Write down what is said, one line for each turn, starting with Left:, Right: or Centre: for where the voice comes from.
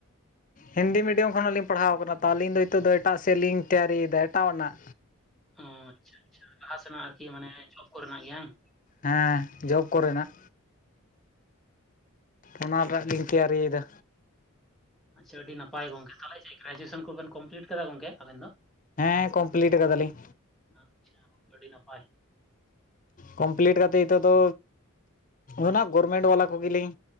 Left: ᱦᱤᱱᱫᱤ ᱢᱤᱰᱤᱭᱟᱢ ᱠᱷᱚ ᱱᱟᱜ ᱞᱤᱧ ᱯᱟᱲ ᱦᱟᱣ ᱟᱠᱟᱱᱟ ᱛᱚ ᱟᱹᱞᱤᱧ ᱫᱚ ᱱᱤᱛᱚᱜ ᱫᱚ ᱮᱴᱟᱜ ᱥᱮᱫ ᱞᱤᱝ ᱛᱮᱭᱟᱨᱤ ᱭᱮᱫᱟ ᱮᱴᱟᱜ ᱱᱟᱜ
Centre: ᱚ ᱟᱪᱪᱷᱟ ᱟᱪᱪᱷᱟ ᱞᱟᱦᱟ ᱥᱮᱱᱟᱜ ᱟᱨᱠᱤ ᱢᱟᱱᱮ ᱡᱚᱵ ᱠᱚᱨᱮ ᱱᱟᱜ ᱜᱮ ᱵᱟᱝ
Left: ᱦᱮᱸ ᱡᱚᱵ ᱠᱚ ᱨᱮᱱᱟᱜ ᱚᱱᱟ ᱨᱮᱱᱟᱜ ᱜᱤᱧ ᱛᱮᱭᱟᱨᱤ ᱫᱟ
Centre: ᱟᱪᱪᱷᱟ ᱟᱹᱰᱤ ᱱᱟᱯᱟᱭ ᱜᱚᱝᱠᱮ ᱛᱟᱦᱚᱞᱮ ᱪᱮᱫ ᱜᱨᱮᱡᱩᱭᱮ ᱥᱚᱱ ᱠᱚᱵᱮᱱ ᱠᱚᱢ ᱯᱤᱞᱤᱴ ᱠᱟᱫᱟ ᱜᱚᱝᱠᱮ ᱟᱵᱮᱱ ᱫᱚ?
Left: ᱦᱮᱸ ᱠᱚᱢ ᱯᱤᱞᱤᱴ ᱠᱟᱫᱟ ᱞᱤᱧ
Centre: ᱟᱪᱪᱷᱟ ᱟᱹᱰᱤ ᱱᱟᱯᱟᱭ
Left: ᱠᱚᱢ ᱯᱤᱞᱤᱴ ᱠᱟᱛᱮᱫ ᱱᱤᱛᱚᱜ ᱫᱚ ᱚᱱᱟ ᱜᱚᱨᱢᱮᱱᱴ ᱵᱟᱞᱟ ᱠᱚ ᱜᱮ ᱞᱤᱧ